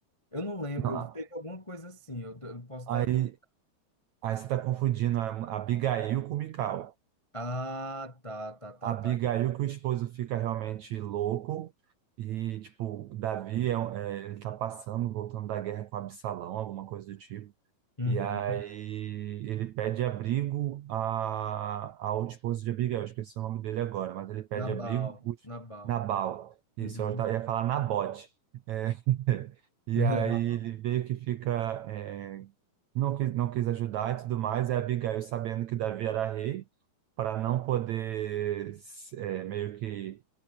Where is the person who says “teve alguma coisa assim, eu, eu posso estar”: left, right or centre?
Left